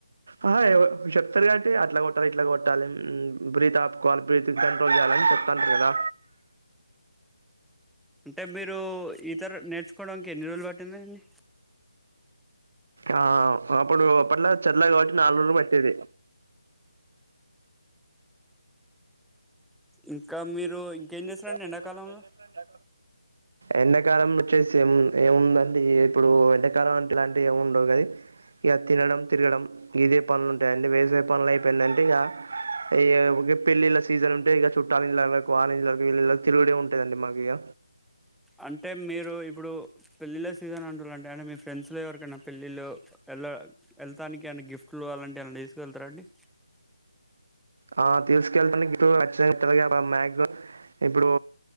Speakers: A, on the right; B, in the centre.
A: ఆహా ఎవర చెప్తారు కాబట్టి అట్లా కొట్టాలి ఇట్లా కొట్టాలి బ్రీత్ ఆపుకోవాలి బ్రీత్ కంట్రోల్ చేయాలని చెప్తురు కదా
B: అంటే మీరు ఇతర నేర్చుకోవడాకీ ఎన్ని రోజులు పట్టిందండి
A: ఆ అప్పుడు అట్లా చెల్ల కావట్ నాలుగురు ప టేది
B: ఇంకా మీరు ఇంకేం చేస్తారండి
A: ఇకా మీరు
B: ఎండాకాలంలో
A: ఏడా ఎండాకాలం వచ్చేసి ఏ ఏముందండి ఇప్పుడు ఎండాకాలం అట్లా ఇలాంటివి ఏము ఉండవు కని ఇక తినడం తిరగడం ఇదే పనులు ఉంటాయిండి వేసే పనులు అయిపోయిందంటే ఇక ఈ ప పెళ్లిళ్ల సీజన్ ఉంటే ఇక చుట్టాల ఇలలో కా వీళ్ళలా తిరుగుడ ఉంటాదండి మాకు ఇక
B: అంటే మీరు ఇప్పుడు పెళ్ళిళ్ళ సీజన్ ఉంటారు అంటే మీ ఫ్రెండ్స్ లో ఎవరికైనా పెళ్ళిళ్ళ వెళ్ళ వెళ్ళతానికి ఏనా గిఫ్ట్లు అలాంటివి అ తీసుకు వెళ్తారండి
A: ఆ తీసుకెళ్ళడానికి ఇప్పుడు చ్చట్టగా మ్యాక్ ఇప్పుడు